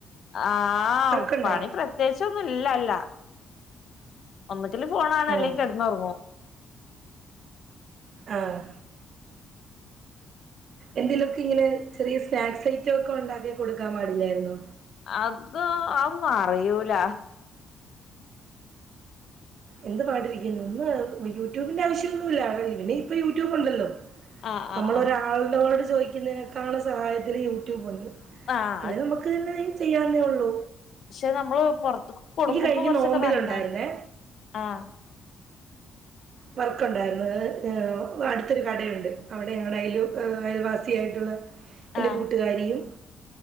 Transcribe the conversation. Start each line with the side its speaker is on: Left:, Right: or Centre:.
Left: ആഹ്
Right: വർക്കുണ്ടാ
Left: പണി പ്രത്യേകിച്ചൊന്നും ഇല്ലല്ല. ഒന്നുങ്കിൽ ഫോണാണ്
Right: ഉം
Left: അല്ലെങ്കി കെട്ന്ന് ഒറ്ങ്ങും.
Right: ആഹ് എന്തേലുക്കെ ഇങ്ങനെ ചെറിയ സ്നാക്സ് ഐറ്റം ഒക്കെ ഒണ്ടാക്കി കൊടുക്കാൻ പാടില്ലായിരുന്നോ?
Left: അത് ഒന്നും അറിയൂല.
Right: എന്ത് പാടിരിക്കുന്നു ഒന്ന് യൂട്യൂബിന്റെ ആവശ്യമൊന്നുമില്ല ഇനിഇപ്പ യൂട്യൂബ് ഉണ്ടല്ലോ?
Left: ആഹ്
Right: നമ്മൾ
Left: ആഹ് ആഹ്
Right: ഒരാളിനോട് ചോയ്ക്കുന്നതിനെക്കാൾ സഹായത്തിന് യൂട്യൂബ് ഒണ്ട്.
Left: ആഹ്
Right: അല്ലെ ന്നമുക്ക് തന്നെ ചെയ്യാവുന്നെ ഒള്ളു.
Left: ക്ഷെ ന്നമ്മള് പൊർത്ത്ക്ക് കൊടുക്കുമ്പോ
Right: കഴിഞ്ഞ
Left: കുർച്ചൊക്കെ
Right: നോമ്പിലുണ്ടായിരുന്നേ
Left: ന്നന്നാണ്ടെ ആഹ്
Right: വക്കെണ്ടായിരുന്നു ഏഹ് അടുത്തൊരു കടയുണ്ട് അവിടെ ഞങ്ങടെ അയലു അയൽവാസി ആയിട്ടുള്ള എൻ്റെ
Left: ആഹ്
Right: കൂട്ടുകാരിയും